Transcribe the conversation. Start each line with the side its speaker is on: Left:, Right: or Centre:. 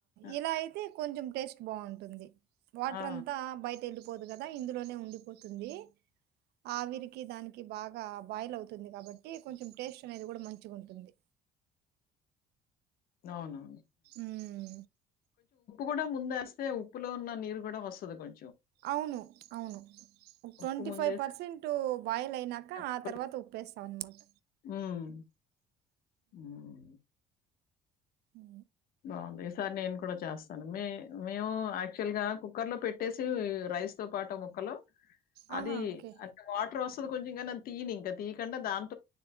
Left: ఆ!
Right: ఇలా అయితే కొంచెం టేస్ట్ బాగుంటుంది వాట్రంతా
Left: ఆ!
Right: బయటెలు పోదు గదా ఇందులోనే ఉండిపోతుంది, ఆవిరికి దానికి బాగా బాయిల్ అవుతుంది కాబట్టి కొంచెం టేస్ట్ అనేది కూడా మంచిగుంటుంది.
Left: అవును
Right: మ్మ్
Left: కూడా ముందేస్తే ఉప్పులో ఉన్న నీరు గూడా వస్తుంది కొం
Right: అవును అవును ట్వంటీ
Left: ఉప్పు ముందేసేస్తే
Right: ఫైవ్ పర్సెంటు బాయిల్ అయినాక
Left: ముక్కలు
Right: ఆ తర్వాత ఉప్పేస్తాం అన్నమాట.
Left: హ్మ్. హ్మ్.
Right: ఉ
Left: బాగుంది ఈసారి నేను కూడా చేస్తాను మే మేము యాక్చువల్ గా కుక్కర్ లో పెట్ రైస్ తో పాటు ముక్కలు
Right: ఆహా
Left: అది
Right: ఓకే
Left: అది వాటర్ వస్తది కొంచెం గానీ అది తీయనింక తీ డండదాన్